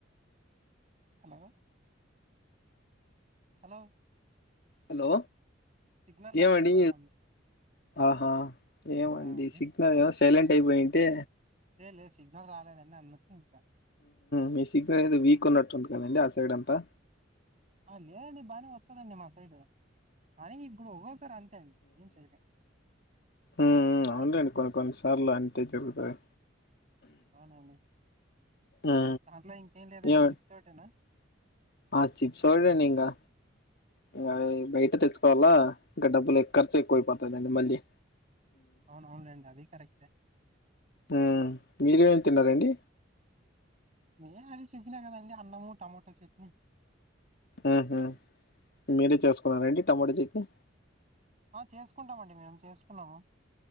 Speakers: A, on the right; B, on the left.
A: హలో. హలో.
B: హలో
A: సిగ్నల్ రాలేదండి
B: ఏమండి.
A: అందుకు
B: ఆహా ఏమండే
A: ఆ అండి
B: సి. ఉందో లేవో సైలెంట్ అయిపోయింటే.
A: హే లే లేదు సిగ్నల్ రాలేదని అందుకు ఇంకా.
B: మీ సిగ్నల్ ఏది వీక్ ఉన్నట్టుంది కదండి ఆ సైడ్ అంతా.
A: ఆ లేదండి బాగానే వస్తదండి మా సైడ్ అయినా ఇప్పుడు ఒక్కోసారి అంతే అండి. ఏం చేయకండి.
B: ఊఉ అవునులేండి కొన్ని కొన్ని సార్లు అంతే జరుగుతది.
A: అవునండి
B: ఉ
A: దాంట్లో ఇంకేం లేదండి
B: ఏ
A: చిప్స్ ఒకటేనా
B: ఆ చిప్స్ ఒకటేనండి ఇంకా ఇకా
A: ఆ
B: అయి బయట తెచ్చుకోవాలా. ఇంకా డబ్బులు ఎక్ ఖర్చు ఎక్కువ అయి పోతాది అండి మళ్ళి.
A: అవునవును లేండి అదది కరెక్టే.
B: ఊ. మీరు ఏమేమి తిన్నారండి.
A: హే అన్ని సింపులే కదండి అన్నము టమోటా చట్నీ.
B: ఊఉ మీరే చేసుకోవాలా అండి టమాటా చెట్నీ.
A: ఆ చేసుకుంటామండి మేము చేసుకున్నాము.